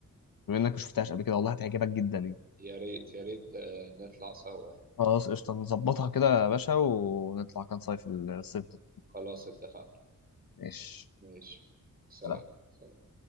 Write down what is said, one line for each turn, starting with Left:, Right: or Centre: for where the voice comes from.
Left: بما انك ما شفتهاش قبل كده والله هتعجبك جدا يعني
Right: يا ريت يا ريت آه، نطلع سوا يعني.
Left: خلاص قشطه نظبطها كده يا باشا ونطلع كام صيف الصيف ده
Right: خلاص اتفقنا
Left: ماشي
Right: ماشي سلام
Left: سلام.
Right: سلام. سلام.